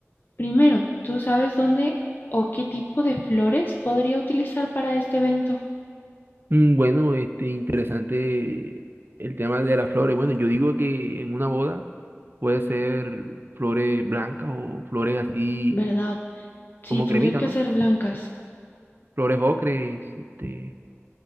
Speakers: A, on the left (about 45°); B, on the right (about 50°).
A: Primero, ¿tú sabes dónde o qué tipo de flores podría utilizar para este evento?
B: Mm, Bueno, este, interesante el tema de las flores. Bueno, yo digo que en una boda puede ser flores blancas o flores así
A: ¿Verdad? Sí,
B: como
A: tendrían
B: cremita,
A: que
B: ¿no?
A: ser blancas.
B: Flores ocres, este,